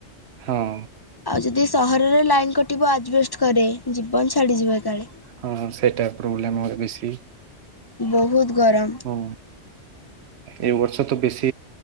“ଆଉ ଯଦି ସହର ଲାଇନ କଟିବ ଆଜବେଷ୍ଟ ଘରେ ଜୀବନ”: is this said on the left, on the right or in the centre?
Left